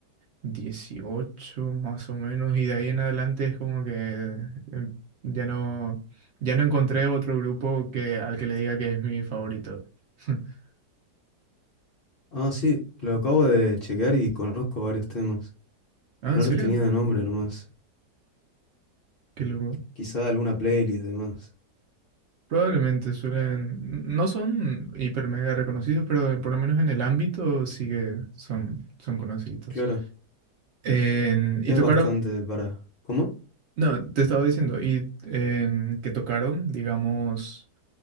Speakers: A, on the right (about 70°); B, on the left (about 80°).
A: dieciocho más o menos, y de ahí en adelante es como que em, ya no, ya no encontré otro grupo que, al que le diga que es mi favorito. <laughs>
B: Ah, sí, lo acabo de chequear y conozco varios temas.
A: Ah,
B: No
A: ¿en serio?
B: los tenía de nombre nomás.
A: Qué loco.
B: Quizá alguna playlist de más.
A: Probablemente suelen, no son hiper mega reconocidos, pero por lo menos en el ámbito sí que son, son conocidos.
B: Claro,
A: En- y
B: es
A: tocaron,
B: bastante para... ¿Cómo?
A: no, te estaba diciendo, y em, que tocaron, digamos.